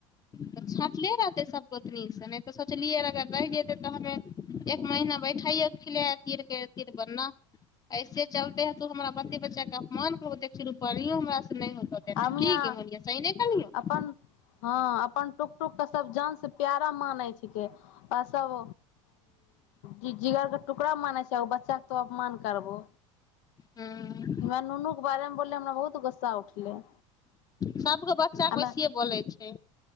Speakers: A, on the left; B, on the left.
A: त छाँटले रहतै सभ गोतनीसँ नहि तऽ सोचलियै अगर रहि जेतै तऽ हमे एक महीना बैठैयो खिला तीरीर बनना ऐसे चलते हे तू हमरा कते बच्चा के अपमान कऽ के देखियो पढ़ियो हमरा से नहि होतौ देनाइ
B: आ मिया
A: की गे मुलिया सही नहि कहलियौ
B: अपन हँ अपन तू सब जान से प्यारा मानै छै कि सब जिगरके टुकड़ा मानै छै ओ बच्चाके तो अपमान करबो
A: हूँ
B: हमरा नुनू के बारे मे बोललै हमरा बहुत तब गुस्सा उठलय
A: सबके बच्चा के
B: हमे
A: वैसिये बोलै छै